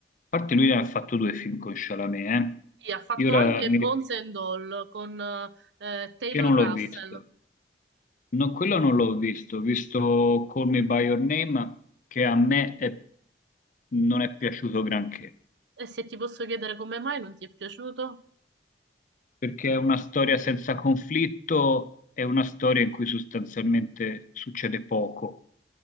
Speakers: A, on the left; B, on the right.
A: parte lui ne ha fatto due film con Chalamet, eh.
B: e ha fatto
A: Io ora
B: anche
A: mi
B: Bones
A: rif-
B: and All con eh, Taylor
A: che non
B: Russell.
A: l'ho visto. No, quello non l'ho visto, ho visto Call Me By Your Name, che a me è- non è piaciuto granché,
B: E se ti posso chiedere come mai non ti è piaciuto?
A: perché è una storia senza conflitto, è una storia in cui sostanzialmente succede poco.